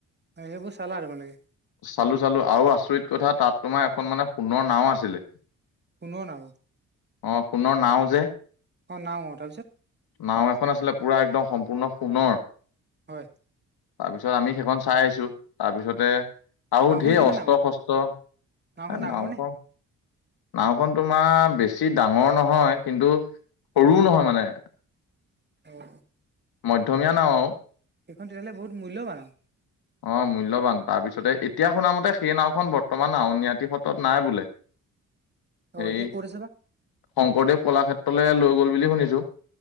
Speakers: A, on the right; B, on the left.
A: সেইবোৰ চালা, তোমালোকে
B: চালোঁ চালোঁ আৰু আচৰিত কথা, তাত তোমাৰ এখন মানে সোণৰ নাও আছিলে।
A: শুনোৱা না
B: অহ সোণৰ নাও যে
A: অহ নাও তাৰপিছত
B: নাও এখন আছিলে, পুৰা একদম সম্পূৰ্ণ সোণৰ
A: হয়।
B: তাৰপিছত আমি সেইখন চাই আহিছোঁ। তাৰপিছতে আৰু
A: নাওখন
B: ঢেৰ
A: কিমান
B: অস্ত্ৰ
A: ডাঙৰ
B: শস্ত,
A: নাওখন ডাঙৰ
B: নাও
A: নে
B: খন নাওখন তোমাৰ বেছি ডাঙৰ নহয়। কিন্তু সৰুও নহয় মানে
A: অহ
B: মধ্যমীয়া নাও আৰু
A: সেইখন তেতিয়াহলে বহুত মূল্যৱান আৰু
B: অ মূল্যবান, তাৰপিছতে এতিয়া শুনামতে সেই নাওখন বৰ্তমান আউনিআটী সত্ৰত নাই বোলে। <inaudible> সেই
A: অহ, এতিয়া কত আছে বা
B: শংকৰদেৱ কলাক্ষেত্ৰলৈ লৈ গ'ল বুলি শুনিছোঁ।